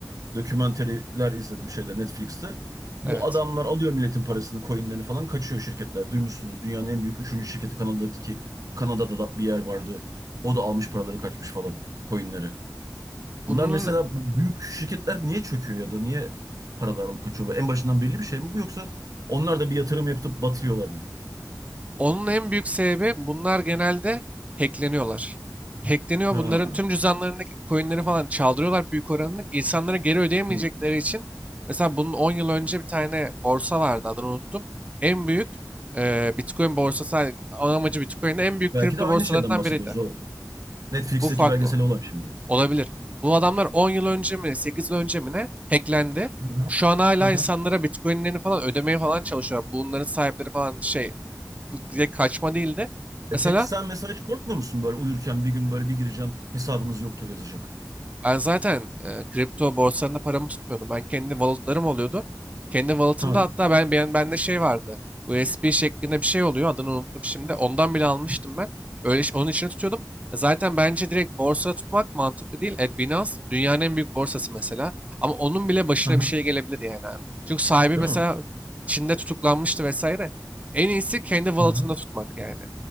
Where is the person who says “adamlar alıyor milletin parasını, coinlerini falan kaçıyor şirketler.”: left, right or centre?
Right